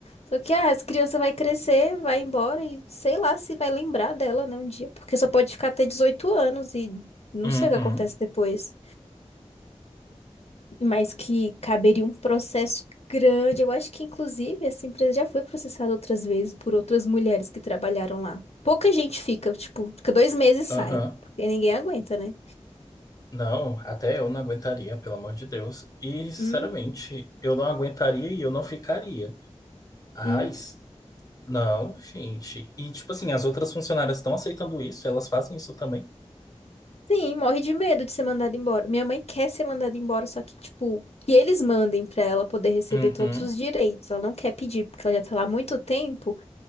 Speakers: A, on the left; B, on the left.
A: Só que, ah, as crianças vai crescer, vai embora e sei lá se vai lembrar dela, né, um dia, porque só pode ficar até 18 anos e não
B: Uhum,
A: sei o que acontece depois. Mas que caberia um processo grande. Eu acho que, inclusive, essa empresa já foi processada outras vezes por outras mulheres que trabalharam lá. Pouca gente fica, tipo, fica dois meses
B: aham.
A: e sai, porque ninguém aguenta, né?
B: Não, até eu não aguentaria, pelo amor de Deus. E, sinceramente,
A: Hum.
B: eu não aguentaria e eu não ficaria. Ai,
A: Uhum.
B: s- não, gente. E, tipo assim, as outras funcionárias estão aceitando isso? Elas fazem isso também?
A: Sim, morre de medo de ser mandada embora. Minha mãe quer ser mandada embora, só que, tipo, que eles mandem pra ela poder receber
B: Uhum,
A: todos os direitos. Ela não quer pedir, porque ela já tá lá há muito tempo.